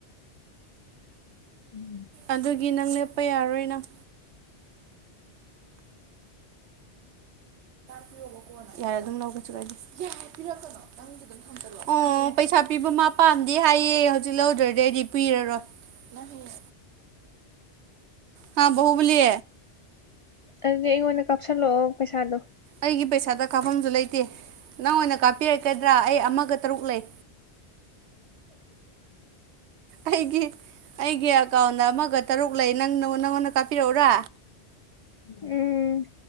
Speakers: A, on the left; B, on the right.
A: <unintelligible>
B: ꯑꯗꯨꯒꯤ ꯅꯪ ꯂꯦꯞꯄ ꯌꯥꯔꯣꯏ ꯅꯪ ꯄꯤꯌꯣꯕ ꯀꯣꯟꯅ ꯌꯥꯔꯦ ꯑꯗꯨꯝ ꯂꯧꯒꯦ ꯆꯠꯂꯣ ꯑꯩꯗꯤ ꯌꯥꯔꯦ ꯄꯤꯔꯛꯀꯅꯣ ꯅꯪ ꯎꯝ ꯄꯩꯁꯥ ꯄꯤꯕ ꯃꯥ ꯄꯥꯝꯗꯦ ꯍꯥꯏꯌꯦ ꯍꯧꯖꯤꯛ ꯂꯧꯗ꯭ꯔꯗꯤ ꯑꯩꯗꯤ ꯄꯤꯔꯔꯣꯏ ꯅꯪ ꯍꯌꯦꯡ ꯍꯥꯥ ꯕꯍꯨꯕꯂꯤ
A: ꯑꯗꯨꯗꯤ ꯑꯩꯉꯣꯟꯗ ꯀꯥꯞꯁꯜꯂꯛꯑꯣ ꯄꯩꯁꯥꯗꯣ
B: ꯑꯩꯒꯤ ꯄꯩꯁꯥꯗ ꯀꯥꯐꯝꯁꯨ ꯂꯩꯇꯦ ꯅꯪ ꯑꯣꯏꯅ ꯀꯥꯞꯄꯤꯔꯛꯀꯗ꯭ꯔꯥ ꯑꯩ ꯑꯃꯒ ꯇꯔꯨꯛ ꯂꯩ ꯑꯩꯒꯤ ꯑꯩꯒꯤ ꯑꯦꯀꯥꯎꯟꯗ ꯑꯃꯒ ꯇꯔꯨꯛ ꯂꯩ ꯅꯪ ꯅꯪꯉꯣꯟ ꯅꯪꯉꯣꯟꯗ ꯀꯥꯞꯄꯤꯔꯛꯎꯔꯥ
A: ꯎꯝ